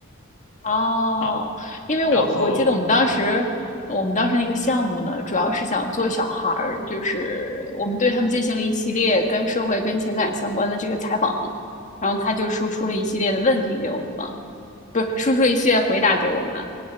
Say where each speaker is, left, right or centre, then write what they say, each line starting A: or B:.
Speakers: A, on the left (about 35°); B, on the left (about 65°).
A: 哦，
B: 啊。
A: 因为我我记得我们当时，
B: 然后，嗯，
A: 我们当时那个项目呢，主要是想做小孩儿，就是我们对他们进行了一系列跟社会、跟情感相关的这个采访，然后他就输出了一系列的问题给我们嘛，不是输出了一系列回答给我们，